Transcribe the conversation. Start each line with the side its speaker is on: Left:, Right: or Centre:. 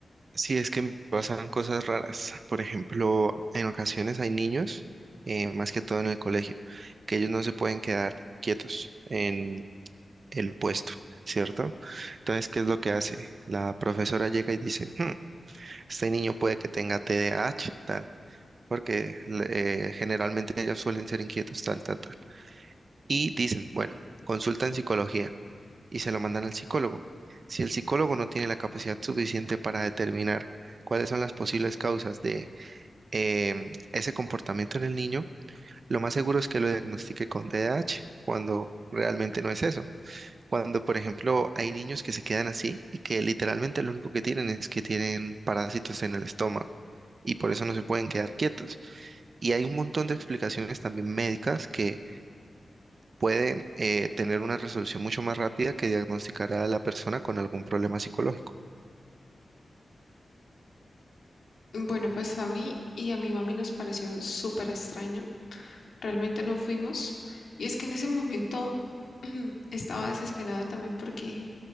Right: Sí, es que me pasan cosas raras. Por ejemplo, en ocasiones hay niños, eh, más que todo en el colegio, que ellos no se pueden quedar quietos en el puesto, ¿cierto? Entonces, ¿qué es lo que hace? La profesora llega y dice, "Hmm, este niño puede que tenga TDAH, tal, porque le- eh, generalmente ellos suelen ser inquietos, tal, tal, tal. Y dicen, bueno, consultan psicología. y se lo mandan al psicólogo. Si el psicólogo no tiene la capacidad suficiente para determinar cuáles son las posibles causas de em, ese comportamiento en el niño, lo más seguro es que lo diagnostique con TDAH, cuando realmente no es eso. Cuando, por ejemplo, hay niños que se quedan así y que literalmente lo único que tienen es que tienen parásitos en el estómago y por eso no se pueden quedar quietos. Y hay un montón de explicaciones también médicas que puede eh, tener una resolución mucho más rápida que diagnosticar a la persona con algún problema psicológico.
Left: Bueno, pues a mí y a mi mami nos pareció súper extraño. Realmente no fuimos. Y es que en ese momento <clears throat> estaba desesperada también porque,